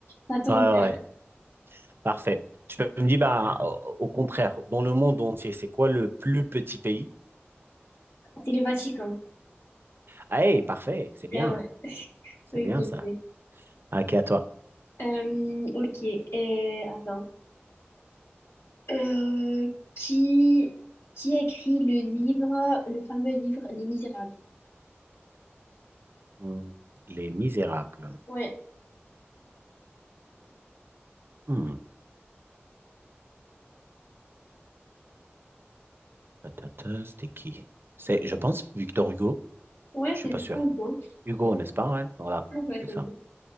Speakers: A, on the left (about 80°); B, on the right (about 55°).
A: ça tombe
B: ouais, ouais.
A: bien.
B: ouais. Parfait. Tu peux me dire, bah, au, au contraire, dans le monde entier, c'est quoi le plus petit pays?
A: C'est le Vatican.
B: Ah, hey, parfait. C'est bien.
A: Ah
B: C'est
A: ouais,
B: bien
A: ok.
B: ça.
A: ok.
B: Ok, à toi.
A: Euh, ok, euh, attends. Euh, qui, qui a écrit le livre, le fameux livre Les Misérables?
B: Hmm, Les Misérables.
A: Ouais.
B: Hmm, patata, C'était qui? C'est, je pense, Victor Hugo.
A: Ouais,
B: Je suis
A: c'est
B: pas
A: bien
B: sûr.
A: beau.
B: Hugo, n'est-ce pas? Ouais, voilà,
A: Ouais, ouais,
B: c'est
A: c'est
B: ça.
A: bien.